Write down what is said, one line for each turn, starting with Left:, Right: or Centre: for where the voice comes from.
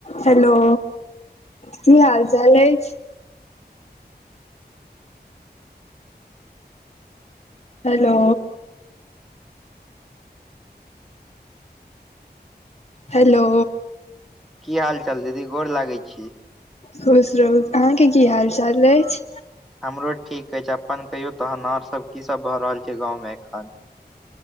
Left: हेलो की हाल-चाल अइछ हैलो हैलो
Centre: की हाल-चाल दीदी गोर लागै छी
Left: खुश रहू अहाँके की हाल-चाल अइछ
Centre: हमरो ठीक अइछ अपन कहियौ तहन और सब की सब भऽ रहल छै गाँंव में एखन